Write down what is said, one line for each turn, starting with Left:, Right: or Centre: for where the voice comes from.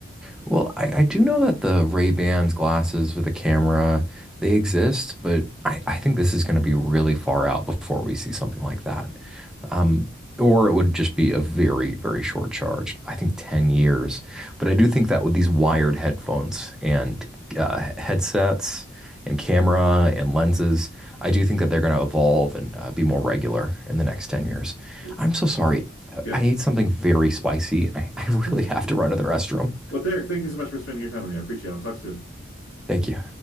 Centre: Well, I, I do know that the Ray-Bans glasses with the camera, they exist, but I, I think this is going to be really far out before we see something like that. Um, or it would just be a very, very short charge. I think 10 years. But I do think that with these wired headphones and uh, headsets and camera and lenses, I do think that they're going to evolve and uh, be more regular in the next 10 years.
Left: Oh,
Centre: I'm so sorry. I
Left: Yeah.
Centre: I ate something very spicy and I,
Left: <laughs>
Centre: I <laughs> really have to run to the restroom.
Left: Well, Derek, thank you so much for spending your time with me. I appreciate it. I'll talk soon.
Centre: Thank you.